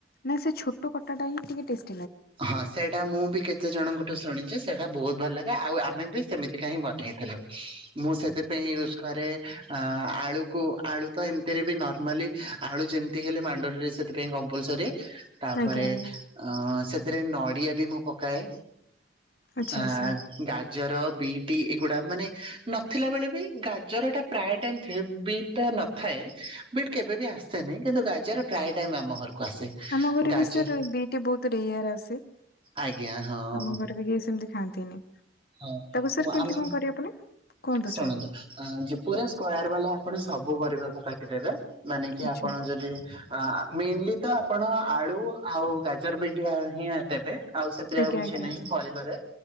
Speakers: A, on the left (about 50°); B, on the right (about 30°).
A: ନାଇଁ ସେ ଛୋଟ କଟା ଟା ହିଁ ଟିକେ ଟେଷ୍ଟ
B: ହଁ ସେଇଟା ମୁଁ ବି କେତେ ଜଣଙ୍କ ବେଠୁ ଶୁଣିଛି ସେଟା ବହୁତ ଭଲ ଲାଗେ, ଆଉ ଆମେ ବି ସେମିତିକା ହିଁ ବନେଇଥିଲୁ। ମୁଁ ସେଥିପାଇଁ ୟୁଜ କ ଆରେ ଆଳୁକୁ ଆଳୁ ତ ଏମତିରେ ବି ନର୍ମାଲି ଆଳୁ ଯେମତି ହେଲେ ମାଣ୍ଡେଟୋରି ସେଥି ସେଥିପାଇଁ କମ୍ପଲସରି। ତାପରେ
A: ଆଜ୍ଞା ଆଜ୍ଞା।
B: ଅ ସେଥିରେ ନଡିଆ ବି ମୁଁ ପକାଏ
A: ଆଚ୍ଛା
B: ଆ
A: ଆଚ୍ଛା
B: ଗାଜ ଗାଜର, ବିଟି ଏଗୁଡା ମାନେ ନଥିଲା ବେଳେ ବି, ଗାଜରଟା ପ୍ରାୟ ଟାଇମ <unintelligible> ବିଟା ନଥାଏ, ବିଟ୍ କେବେ ବି ଆସେନି। କିନ୍ତୁ ଗାଜର ପ୍ରାୟ ଟାଇମ ଆମ ଘରକୁ ଆସେ
A: ଆମ ଘରେ
B: ଗାଜର
A: ବି ସାର୍ ଦିଟି ବହୁତ ରେୟାର ଆସେ। ହୁଁ,
B: ଆଜ୍ଞା ହଁ
A: ଆମ ଘରେ ବି କେହି ସେମତି ଖାଆନ୍ତିନି।
B: ହଁ
A: ତାକୁ ସାର୍ କେମତି
B: ଆମ
A: କଣ କରିବେ ପୁଣି? କୁହନ୍ତୁ
B: ଶୁଣନ୍ତୁ।
A: ସାର୍
B: ପୁରା ସ୍କୋୟାର ବାଲା ଆପଣ ସବୁ ପରିବାକୁ କାଟିଦେବେ ମାନେ କି
A: ଆଚ୍ଛା
B: ଆପଣ ଯଦି ଆ ମେନଲି ତ ଆପଣ ଆଳୁ ଆଉ ଗାଜର, ବିଟ ହିଁ ଦେବେ ଆଉ ସେଥିରେ
A: ଆଜ୍ଞା
B: ଆଉ କିଛି
A: ଆଜ୍ଞା
B: ନାହିଁ ପରିବାରେ,